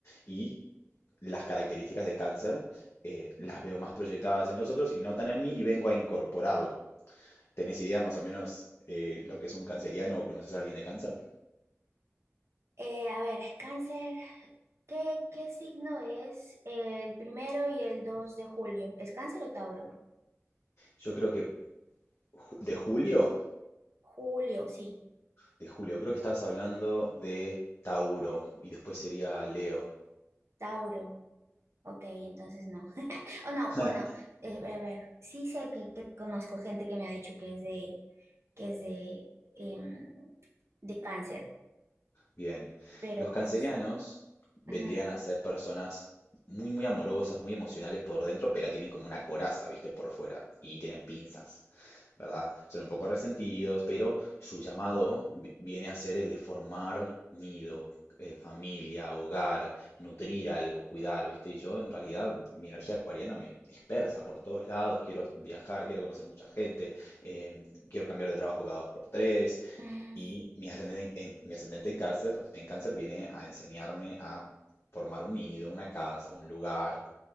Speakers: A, on the left; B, on the right.
A: y las características de cáncer eh, las veo más proyectadas en los otros y no tan en mí y vengo a incorporarlo. ¿Tenés idea más o menos eh, lo que es un canceriano o conoces a alguien de cáncer?
B: Eh, a ver, cáncer, ¿qué, qué signo es el primero y el 2 de julio? ¿Es cáncer o Tauro?
A: Yo creo que ju- de Julio,
B: Julio, sí,
A: de Julio, creo que estabas hablando de Tauro y después sería Leo.
B: Tauro. Ok, entonces no. <laughs> O no,
A: <laughs>
B: bueno, eh, a ver, sí sé que, que conozco gente que me ha dicho que es de, que es de, em, de cáncer,
A: Bien,
B: pero
A: los cancerianos
B: pues
A: vendrían
B: ujú.
A: a ser personas muy, muy amorosas, muy emocionales por dentro, pero tienen como una coraza, ¿viste? Por fuera y tienen pinzas. ¿verdad? Son un poco resentidos, pero su llamado vi- viene a ser el de formar nido, eh, familia, hogar, nutrir algo, cuidar, ¿viste? Y yo en realidad mi energía acuariana me dispersa por todos lados, quiero viajar, quiero conocer mucha gente, em, quiero cambiar de trabajo cada dos por tres,
B: Mm,
A: y mi ascendente en, en- mi ascendente en cáncer, en cáncer viene a enseñarme a formar un nido, una casa, un lugar.